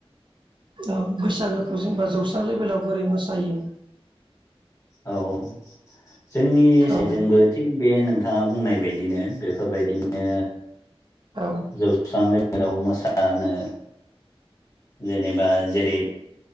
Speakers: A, on the right (about 50°); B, on the left (about 30°).
A: औ बैसागोखौ जेनेबा जौस्रां लेभेलाव बोरै मोसायो
B: औ औ जोंनि
A: औ
B: साइदजोंबो थिग बे नोंथाङा बुंनाय बिदिनो बेफोरबायदिनो
A: औ
B: जौस्रां जेराव मोसानो जेनेबा जेरै